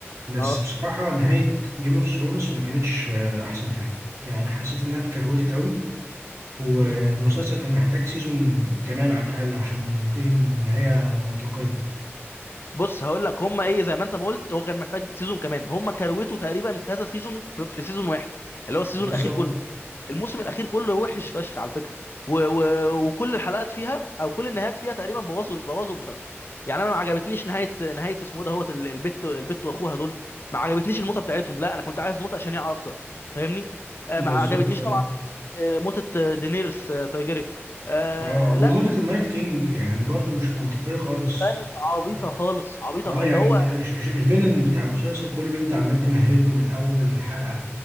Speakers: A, on the right (about 80°); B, on the left (about 50°).
A: بس
B: اه
A: بصراحة نهاية جيم اوف ثرونز ما كانتش آه، أحسن حاجة يعني حسيت إنها اتكروتت قوي والمسلسل
B: مم.
A: كان محتاج سيزون كمان على الأقل عشان ينتهي نهاية منطقية
B: بص هقول لك هم ايه زي ما انت ما قلت هو كان محتاج سيزون كمان هم كروته تقريبا كذا سيزون في, في سيزون واحد اللي هو السيزون
A: بالظبط
B: الاخير كله الموسم الاخير كله وحش فشخ على فكره و و وكل الحلقات فيها او كل النهايات فيها تقريبا بوظوا بوظوا المسلسل يعني انا ما عجبتنيش نهايه نهايه اسمه إيه ده هوت ال- البت البت واخوها دول ما عجبتنيش الموتة بتاعتهم لا انا كنت عايز موتة شنيعه اكتر فاهمني آه،
A: بالظبط
B: ما عجبتنيش
A: اه
B: طبعا آه، موتة آه، دينيرس آه، تايجيريان آه،
A: آه، وموتة
B: لا
A: النايت كينج يعني برضو مش منطقية خالص
B: كانت عبيطه
A: اه
B: خالص عبيطه
A: آه،
B: خ- اللي
A: يعني
B: هو
A: انت- الش- الش- الفيلن بتاع المسلسل كله اللي انت عمال تمهد له من أول حلقة